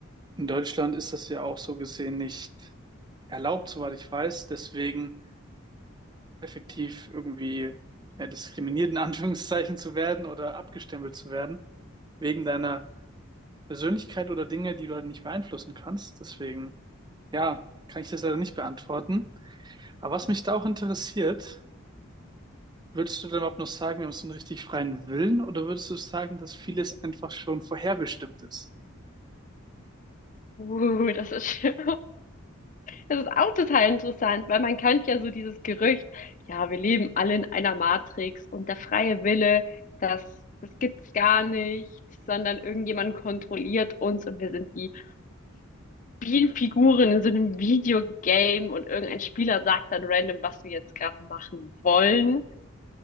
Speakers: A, on the right; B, on the left.
A: in Deutschland ist das ja auch so gesehen nicht erlaubt, soweit ich weiß. Deswegen effektiv irgendwie ja, diskriminiert in Anführungszeichen zu werden oder abgestempelt zu werden, wegen deiner Persönlichkeit oder Dinge, die du halt nicht beeinflussen kannst. Deswegen, ja, kann ich das leider nicht beantworten. Aber was mich da auch interessiert, Würdest du dann überhaupt noch sagen, wir haben so einen richtig freien Willen, oder würdest du sagen, dass vieles einfach schon vorherbestimmt ist?
B: Uh, das ist <laughs> schön. Das ist auch total interessant, weil man kennt ja so dieses Gerücht, ja, wir leben alle in einer Matrix und der freie Wille, das, das gibt's gar nicht, sondern irgendjemand kontrolliert uns und wir sind wie Spielfiguren in so einem Videogame und irgendein Spieler sagt dann random, was wir jetzt gerade machen wollen.